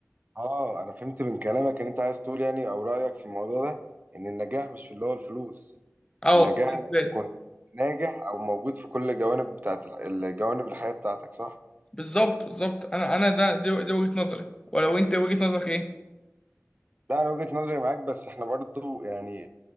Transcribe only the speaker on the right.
اه انا فهمت من كلامك ان انت عايز تقول يعني او رايك في الموضوع ده ان النجاح مش في اللي هو الفلوس
النجاح
انك
تكون ناجح او موجود في كل الجوانب بتاعت الجوانب الحياه بتاعتك صح
لا انا وجهه نظري معاك بس احنا برضو يعني